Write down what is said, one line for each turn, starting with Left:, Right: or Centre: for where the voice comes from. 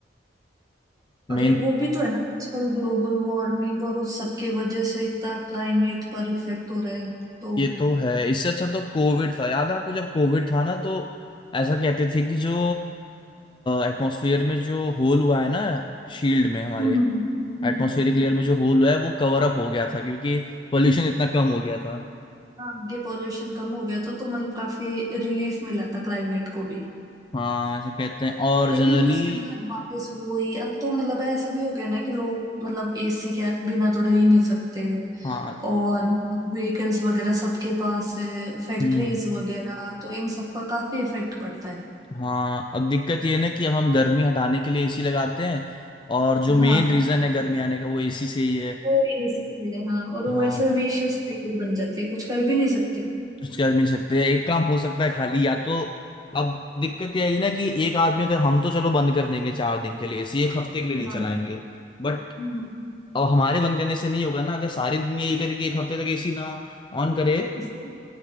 Right: और
Left: मेन
Right: ये- वो भी तो है ना आजकल ग्लोबल वार्मिंग और उस सब की वजह से इतना क्लाइमेट पर इफेक्ट हो रहा है तो
Left: ये तो है इससे अच्छा तो कोविड था याद है आपको जब कोविड था ना तो ऐसा कहते थे कि जो एटमॉस्फेयर में जो होल हुआ है ना शील्ड में हमारे
Right: हम्म हम्म, हम्म।
Left: एटमॉस्फेरिक लेयर में जो होल हुआ है वो कवर अप हो गया था क्योंकि पोल्यूशन इतना कम हो गया था
Right: हाँ ये पॉल्यूशन कम हो गया था तो मतलब काफी रिलीफ मिला था क्लाइमेट को भी
Left: हाँ ऐसा कहते हैं और
Right: लेकिन
Left: जनरली
Right: उसके बाद वापस वही अब तो मतलब ऐसा भी हो गया ना कि लोग मतलब एसी के बिना तो रह ही नहीं सकते
Left: हाँ
Right: और व्हीकल्स वगैरह सबके पास है फैक्ट्रीज
Left: हम्म
Right: वगैरह तो इन सब का काफी इफेक्ट पड़ता है
Left: हाँ अब दिक्कत ये है ना कि अब हम गर्मी हटाने के लिए एसी लगाते हैं और जो मेन
Right: हाँ
Left: रीजन है गर्मी आने का वो एसी से ही है
Right: वो एसी है हाँ और वो
Left: हाँ
Right: ऐसा विशियस साइकिल बन जाती है कुछ कर भी नहीं सकते
Left: कुछ कर नहीं सकते एक काम हो सकता है खाली या तो अब दिक्कत ये आएगी ना कि एक आदमी अगर हम तो चलो बंद कर देंगे चार दिन के लिए इसी एक हफ्ते के लिए नहीं
Right: हाँ
Left: चलाएंगे बट
Right: हम्म,
Left: अब हमारे बंद करने से नहीं होगा ना अगर सारी दुनिया ये करे कि एक हफ्ते तक एसी ना ऑन करे
Right: इसलिए-